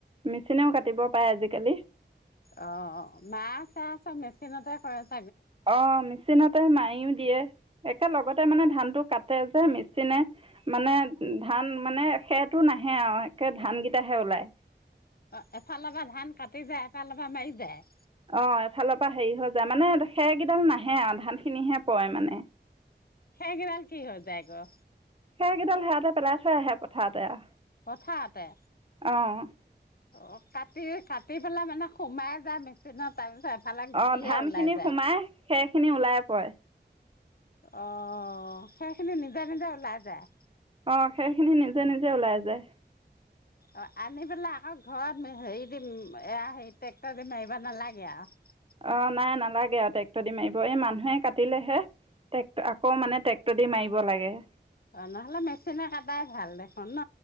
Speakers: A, on the right; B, on the left.
A: মেচিনেও কাটিব পাৰে আজিকালি।
B: অ', মা চা চব মেচিনতে কৰাইছো।
A: অ', মি- - মেচিনতে মায়িও দিয়ে। একে লগতে মানে ধান টো কাট- তাতে যে মিচিনে মানে ধান মানে সেইটো নাহে আৰু একে ধান কেইটাহে ওলাই।
B: অ', এফালৰ পৰা ধান কাটি যায়, এফালৰ পৰা মাৰি যায়।
A: অ', এফালৰ পৰা হেৰি হৈ যায় মানে খেৰকেইডাল নাহে আৰু ধান খিনিহে পৰে মানে।
B: সেইগিডাল কি হৈ যায় গৈ?
A: সেই গিডাল সেয়াতে পেলাই থৈ আহে পথায়তে আ'।
B: পথাৰতে-
A: অ', -
B: অ কাটি, কাটি পেলাই মানে সোমাই যা মেচিনত তাৰপিছত এফালে গুটিহে
A: অ', ধান
B: ওলাই
A: খিনি
B: যায়
A: সোমাই খেৰখিনি ওলাই পৰে।
B: অ' অ, খেৰখিনি নিজে নিজে ওলাই যায়।
A: অ', খেৰখিনি নিজে নিজে ওলাই যায়।
B: অ', আনি পেলাই আকৌ ঘৰত হেৰি দিম এয়া ট্ৰেক্টৰ দি মাৰিব নালাগে আৰু।
A: অ', নাই নালাগে আৰু ট্ৰেক্ট দি মাৰিব এই মানুহে কাটিলেহে! টেক্ট আকৌ মানে টেক্টৰ দি মাৰি দিব লাগে।
B: অ', নহ'লে মেচিনে কাটাই ভাল দেখোন ন!